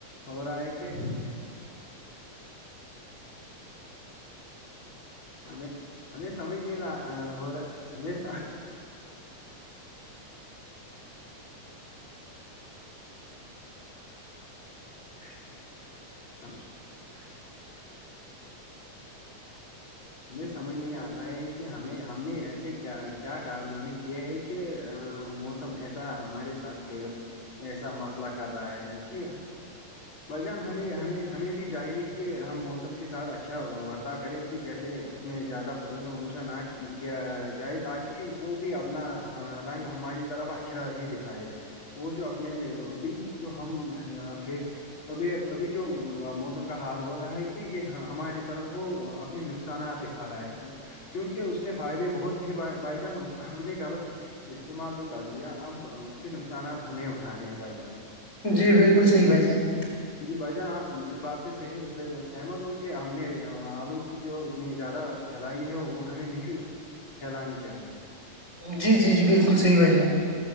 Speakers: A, on the left; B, on the left.
A: ہوور آئکے ہم ہمیں سمج نہیں رہا ہوور ہ س
B: ا <unintelligible>
A: ہ ہمیں سمجھ نہیں آتا ہے کہ ہمیں ہم نے ایسے کیا کیا کارنامے کیے ہیں کہ کہ موسم ایسا ہمارے ساتھ ایسا مسئلہ کر رہا ہے کہ بھائی جان ہمیں ہمیں ہمیں بھی چاہیے کہ ہم موسم کے ساتھ اچھا ورتاہ کریں کہ جیسے سے اس میں زیادہ پولوشن ولوشن نہ کیا جائے تاکہ وہ بھی اپنا رنگ ہماری طرف اچھا ہی دکھائے وہ جو اپنے ابھی جو ہم پ اب ابھی جو موسم کا حال ہو رہا ہے کہ یہ ہماری طرف وہ اپنی نقصانات دکھا رہا ہے کی کیونکہ اس کے فائدے بہت تھے بائی جان اس کا ہم نے غلط استعمال جو کر دیا اب کے نقصانات ہمیں اٹھانے ہیں بھائی جان
B: جی بالکل
A: جی
B: صحیح بھائی جان
A: جی بھائی جان آپ اس بات سے صح سہمت ہو کہ ہم نے آلودگی جو اتنی زیادہ پھیلائی ہے وہ وہ ہمیں نہیں پھیلانی چاہیے
B: جی جی جی بالکل صحیح بھائی جان